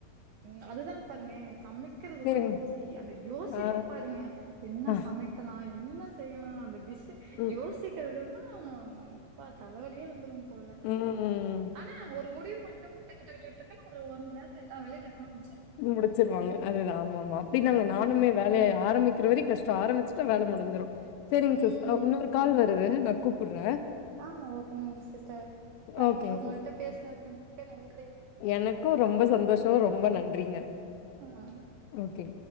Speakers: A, on the right; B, on the left.
A: ம் அதுதா பண்ணே சமைக்கிறது
B: சரிங்க.
A: கூட ஈஸி அந்த யோசிப்ப
B: ஆ.
A: பாருங்க என்ன
B: ஆ.
A: சமைக்கலா என்ன செய்யலா அந்த டிஷ்
B: ம்.
A: யோசிக்கிறது ம் அப்பா தலவலியே வந்துரும் போல
B: ம்.
A: ஆனா ஒரு முடிவு பண்ணிட்டோனா டக்கு டக்கு டக்கு டக்குனு ஒரு ஒரு மணி நேரத்துல எல்லா வேலையும டக்குனு முடிச்சிலா
B: முடிச்சிருவாங்க அதுதா ஆமா ஆமா பின்ன நானுமே வேலையா ஆரம்பிக்கிற வரையு கஷ்ட ஆரம்பிச்சிட்டா வேல முடிஞ்சிரு சரிங்க
A: ம்.
B: சிஸ் இன்னொரு கால் வருது நா கூப்புற
A: ஆ ஓகேங்க சிஸ்டர் தேங்க்யூ
B: ஓகேங்க
A: உங்கள்ட்ட பேசுனதுக்கு மிக்க நன்றி
B: எனக்கு ரொம்ப சந்தோஷோ ரொம்ப நன்றிங்க
A: ஆ
B: ஓகே